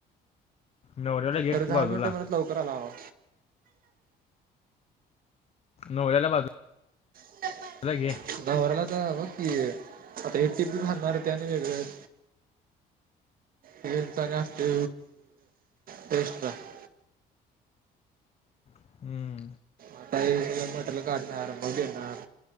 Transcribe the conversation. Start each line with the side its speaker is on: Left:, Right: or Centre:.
Left: नवऱ्याला घे
Right: तरी दहा
Left: बाजूला
Right: मिनट म्हणत लवकर आला बाबा.
Left: नवऱ्याला बाजू-
Right: <unintelligible>
Left: <unintelligible>
Right: नवऱ्याला आता तर बघ की आता इ टी बी घालणारते आणि वेगळच. विचार असतु ट्रस्टचा <unintelligible>
Left: हम्म.
Right: आता सगळ मटेरेल काढणार. मग घेणार